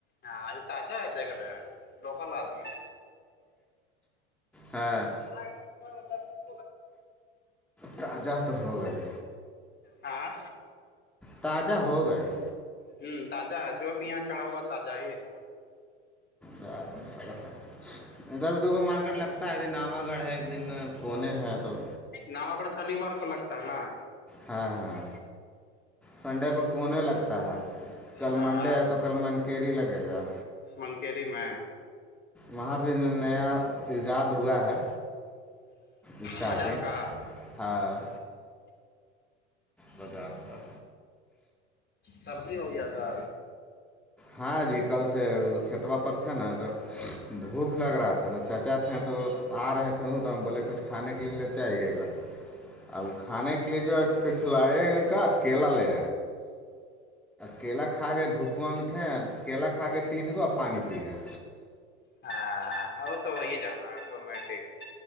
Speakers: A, on the left (about 30°); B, in the centre.
A: ہاں تازہ ہے دیکھتے ہیںا لوکل آدمی
B: ہاں
A: <unintelligible>
B: تازہ تو ہو گئے
A: ہاں
B: تازہ ہوگا ہی
A: ہوں تازہ ہے جو بھی یہاں چڑھا ہوا تازہ ہی ہے
B: بعات میں سرح ادھر ادھر کو مارکیٹ لگتا ہے دن نوا گڑھ ہے ایک دن کونے ہیں تو
A: نواگڑھ شنیوار لگتا ہے نا
B: ہاں ہاں سنڈے کو کونے لگتا ہے کل
A: ہاں
B: منڈے ہے تو کل منکیری لگے گا
A: منکیری میں
B: وہاں پہ نیا ایجاد ہوا ہے اسٹارٹنگ
A: بازار کا
B: ہاں بازار کا
A: سردی ہو گیا تھا
B: ہاں جی کل سے کھیتبا پر تھے نا تو بھوک لگ رہا تھا تو چچا تھے تو آ رہے تھے ہوں تو ہم بولے کچھ کھانے کے لیے لیتے آئیے گا اب کھانے کے لیے جو ہے کچھ لائےیں گے کیا کیلا لے کیلا کھا گیا دھوپواں میں تھے کیلا کھا کے تین گو اور پانی پی گئے
A: ہاں وہ تو ہو ہی جانا ہے آٹومیٹک